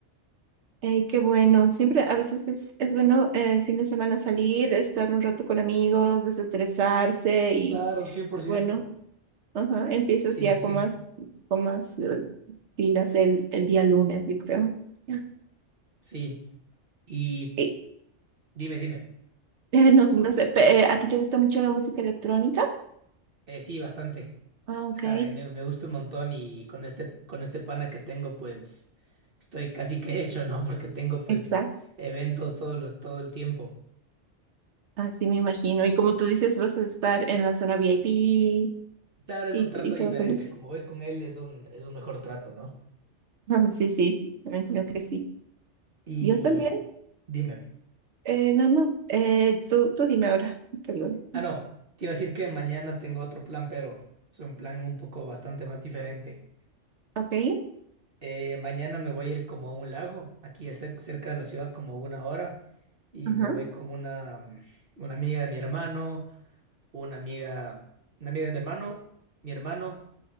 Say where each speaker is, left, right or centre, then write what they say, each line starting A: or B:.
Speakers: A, on the right (about 70°); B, on the right (about 50°).
A: Ey, qué bueno. Siempre, a veces es, es bueno eh, el fin de semana salir, estar un rato con amigos, desestresarse y,
B: Claro, cien por
A: y
B: ciento.
A: bueno, ajá, empiezas
B: Sí,
A: ya
B: sí, sí.
A: con más, con más eh, pilas el, el día lunes, yo creo. Y,
B: Sí. Y
A: <laughs>
B: dime, dime.
A: eh, no, no sé, pe- eh, ¿a ti te gusta mucho la música electrónica?
B: Eh, sí, bastante.
A: Ah, ok,
B: Ajá, eh, me, me gusta un montón y con este, con este pana que tengo, pues estoy casi que <laughs> hecho, ¿no? Porque tengo pues
A: exacto.
B: eventos todos los, todo el tiempo.
A: Así me imagino. Y como tú dices, vas a estar en la zona VIP y,
B: Claro, es
A: y
B: un trato
A: todo
B: diferente.
A: feliz.
B: Como voy con él, es un, es un mejor trato, ¿no?
A: Ah, <laughs> Sí, sí, me imagino que sí.
B: Y
A: Yo también.
B: dime.
A: Eh, no, no. Eh, tú, tú dime ahora. Perdón.
B: Ah, no, te iba a decir que mañana tengo otro plan, pero es un plan un poco bastante más diferente.
A: Ok.
B: Eh, mañana me voy a ir como a un lago, aquí es cer- cerca de la ciudad, como una hora, y
A: Ajá.
B: me voy con una, mm, una amiga de mi hermano una amiga, una amiga de mi hermano, mi hermano,